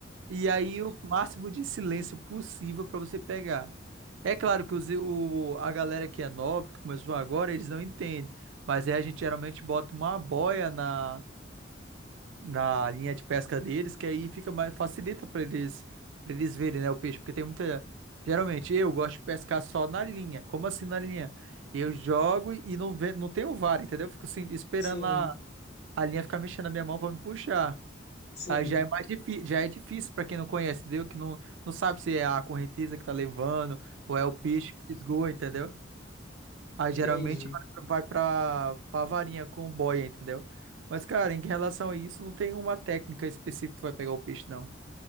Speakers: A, on the right; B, on the left.
A: E aí o máximo de silêncio possível para você pegar. É claro que os, o, a galera que é nova, que começou agora, eles não entendem. Mas aí a gente geralmente bota uma boia na, na linha de pesca deles, que aí fica mais, facilita para eles, para eles verem, né, o peixe, porque tem muita. Geralmente eu gosto de pescar só na linha. Como assim na linha? Eu jogo e não, ve, não tenho vara, entendeu? Eu fico assim, esperando
B: Sim,
A: a, a linha ficar mexendo na minha mão para me puxar.
B: sim,
A: Aí já é mais difícil, já é difícil para quem não conhece, entendeu? Que não, não sabe se é a correnteza que tá levando ou é o peixe que fisgou, entendeu? Aí geralmente
B: entendi.
A: vai pra, vai pra, pra varinha com boia, entendeu? Mas, cara, em relação a isso, não tem uma técnica específica que vai pegar o peixe, não.